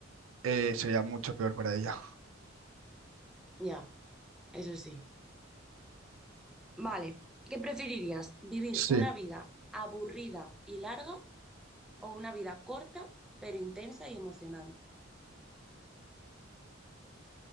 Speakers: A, on the right (about 80°); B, in the centre.
A: eh, sería mucho peor para ella.
B: Ya, eso sí. Vale, ¿qué preferirías? ¿Vivir
A: Sí.
B: una vida aburrida y larga o una vida corta, pero intensa y emocionante?